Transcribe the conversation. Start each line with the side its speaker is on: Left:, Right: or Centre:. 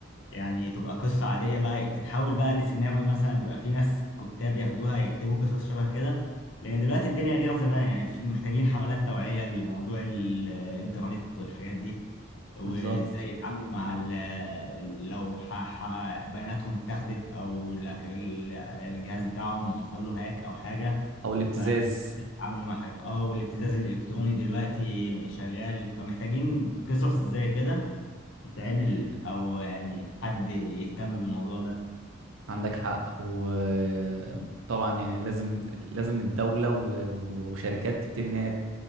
Left: يعني تبقى قصة عادية بقى تتحول بقى لسيناريو مثلا بيبقى في ناس كتاب ياخدوها يكتبوا قصص شبه كده لأن دلوقتي الدنيا غير زمان يعني في محتاجين حملات توعية لموضوع ال- الإنترنت والحاجات دي وإزاي
Right: بالظبط
Left: يتعاملوا مع ال- لو ح- ح- بياناتهم اتاخدت أو الأك- ال- الجهاز بتاعهم حصل له هاك أو حاجة
Right: او الابتزاز
Left: ف- يتعاملوا مع حاجة اه والابتزاز الإلكتروني دلوقتي شغال فمحتاجين قصص زي كده تتعمل او يعني حد يهتم بالموضوع ده
Right: عندك حق وطبعا يعني لازم لازم الدولة و- وشركات تبتدي ان هي